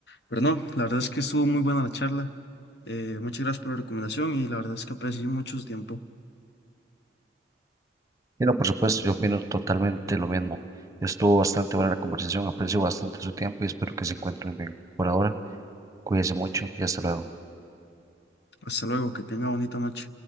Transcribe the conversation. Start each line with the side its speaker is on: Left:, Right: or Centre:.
Left: Pero no, la verdad es que estuvo muy buena la charla. Eh, muchas gracias por la recomendación y la verdad es que aprecié mucho su tiempo.
Right: Y no, por supuesto, yo opino totalmente lo mismo. Estuvo bastante buena la conversación, aprecio bastante su tiempo y espero que se encuentren bien. Por ahora, cuídense mucho y hasta luego.
Left: Hasta luego, que tenga bonita noche.